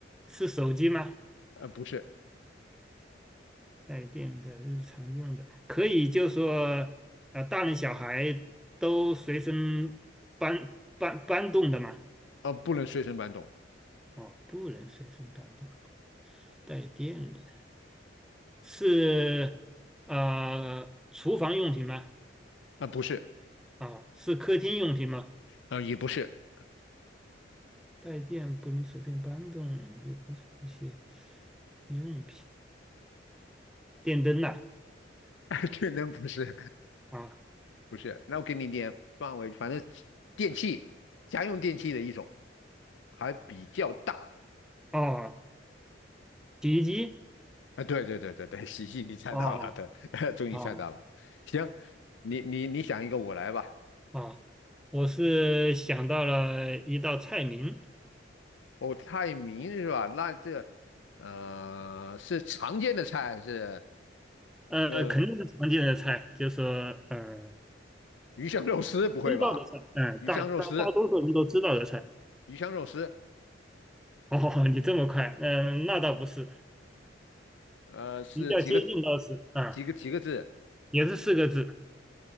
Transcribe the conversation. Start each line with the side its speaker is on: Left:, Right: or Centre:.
Centre: 是手机吗？
Left: 呃，不是，
Centre: 带电的日常用的，可以就说，呃，大人小孩都随身搬搬搬动的嘛？
Left: 呃，不能随身搬动，
Centre: 哦，不能随身搬动，带电的。是啊，厨房用品吗？
Left: 呃，不是，
Centre: 啊，是客厅用品吗？
Left: 呃，也不是，
Centre: 带电不能随便搬动，也不是这些用品，电灯呐、
Left: <laughs> 天能不是，
Centre: 啊，
Left: 不是。那我给你点范围，反正电器，家用电器的一种。还比较大
Centre: 哦，洗衣机，
Left: 啊，对对对对对，<laughs> 喜喜你猜到了，
Centre: 哦
Left: 对，<laughs> 终于猜到了。
Centre: 哦
Left: 行，你你你想一个，我来吧。
Centre: 哦，我是想到了一道菜名，
Left: 哦，菜名是吧？那这呃是常见的菜还是
Centre: 呃，
Left: 呃
Centre: 肯定是常见的菜，就是说呃
Left: 鱼香肉丝？不会吧？
Centre: 知道的菜，嗯、
Left: 鱼香肉丝，
Centre: 大大大多数人都知道的菜。
Left: 鱼香肉丝，
Centre: 哦，<laughs> 你这么快，嗯、那倒不是，
Left: 呃是几个
Centre: 比较接近倒是，啊、
Left: 几个几个字？
Centre: 也是四个字。